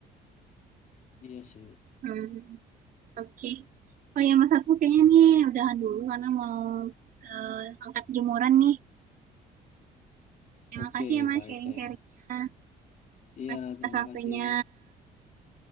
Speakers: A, on the left (about 50°); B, on the right (about 55°).
A: iya sih
B: hmm, oke oh ya Mas aku kayaknya nih udahan dulu karena mau eh, angkat jemuran nih terima
A: oke
B: kasih ya Mas
A: baik
B: sharing-sharingnya
A: deh
B: Terima
A: iya
B: kasih atas
A: terima
B: waktunya
A: kasih